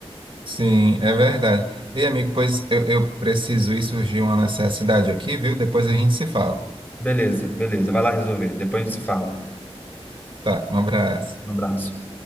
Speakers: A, on the right; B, on the left.
A: Sim, é verdade. E, amigo, pois eu, eu preciso ir, surgiu uma necessidade aqui, viu? Depois a gente se fala.
B: <laughs> Beleza, beleza. Vai lá resolver. Depois a gente se fala.
A: Tá, um abraço.
B: Um abraço.